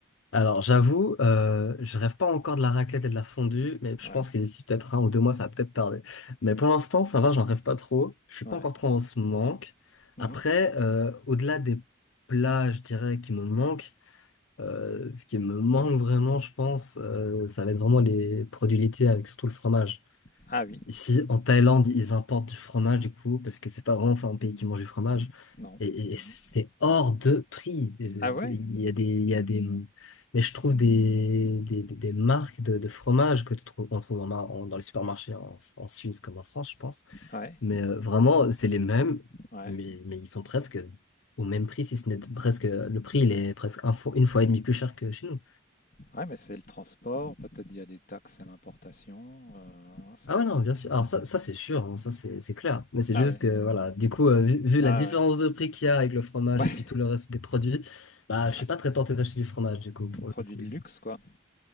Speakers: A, on the left; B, on the left.
A: Alors, j'avoue, euh, je rêve pas encore de la raclette et de la fondue, mais je
B: Ouais,
A: pense que d'ici peut-être un ou deux mois, ça va peut-être tarder. Mais pour l'instant, ça va, j'en rêve pas trop. Je suis
B: ouais.
A: pas encore trop dans ce manque.
B: Mhm.
A: Après, euh, au-delà des plats, je dirais, qui me manquent, euh, ce qui me manque vraiment, je pense, euh, ça va être vraiment les produits laitiers avec surtout le fromage.
B: Ah oui,
A: Ici, en Thaïlande, ils importent du fromage, du coup, parce que c'est pas vraiment enfin, un pays qui mange du fromage.
B: non.
A: Et, et-
B: Mhm.
A: et c'est hors de prix. Et c'est-
B: Ah
A: c'est-
B: ouais,
A: Il y a des, il y a des, mais je trouve des, des, des- des marques de, de fromage que tu trouves, on trouve en mar- en- dans les supermarchés en, en Suisse comme en France, je pense.
B: ouais,
A: Mais euh, vraiment, c'est les mêmes,
B: ouais.
A: mais, mais ils sont presque au même prix, si ce n'est presque, le prix, il est presque un fo- une fois et demie plus cher que chez nous.
B: Ouais, mais c'est le transport. Peut-être il y a des taxes à l'importation. euh, c'est-
A: Ah ouais, non, bien sûr. Alors ça,
B: ouais.
A: ça c'est sûr, hein, ça c'est c'est clair. Mais c'est
B: Ah
A: juste
B: ouais,
A: que, voilà, du coup, euh, vu, vu
B: ah
A: la différence
B: ouais.
A: de prix qu'il y a avec le fromage
B: <laughs>
A: et puis tout le reste des produits, bah,
B: Ouais,
A: je suis
B: ouais,
A: pas
B: c'est
A: très tenté d'acheter du fromage, du coup, pour
B: produit
A: le coup,
B: de
A: ici.
B: luxe, quoi.